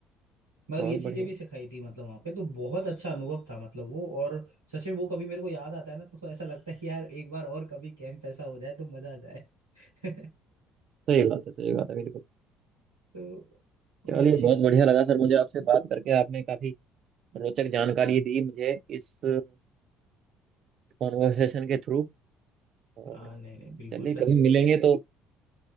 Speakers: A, on the right; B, on the right.
A: मतलब
B: बहुत
A: ये चीजें
B: बढ़िया
A: भी सिखाई थी मतलब वहां पे तो बहुत अच्छा अनुभव था मतलब वो और सच में वो कभी मेरे को याद आता है ना तो ऐसा लगता है कि यार एक बार और कभी कैंप ऐसा हो जाए तो मजा आ जाए <laughs>
B: सही बात है सही बात है बिल्कुल
A: तो बड़ी
B: चलिए
A: अच्छी
B: बहुत बढ़िया लगा सर मुझे आपसे बात करके आपने काफी रोचक जानकारी दी मुझे इस कॉन्वर्सेशन के थ्रू और
A: हाँ नहीं नहीं बिल्कुल
B: चलिए
A: सर
B: कभी मिलेंगे तो